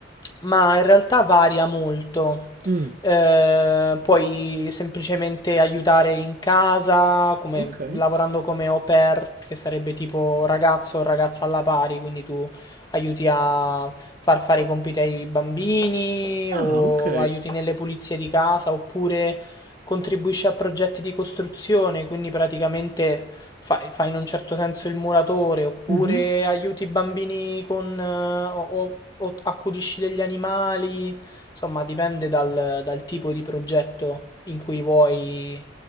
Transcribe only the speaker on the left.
Ma in realtà varia molto.
Eh, puoi semplicemente aiutare in casa, come,
lavorando come au pair, che sarebbe tipo ragazzo o ragazza alla pari, quindi tu aiuti a far fare i compiti ai bambini
o
aiuti nelle pulizie di casa, oppure contribuisci a progetti di costruzione, quindi praticamente Fai, fai in un certo senso il muratore, oppure
aiuti i bambini con, eh, o, o- o accudisci degli animali, insomma, dipende dal, dal tipo di progetto in cui vuoi,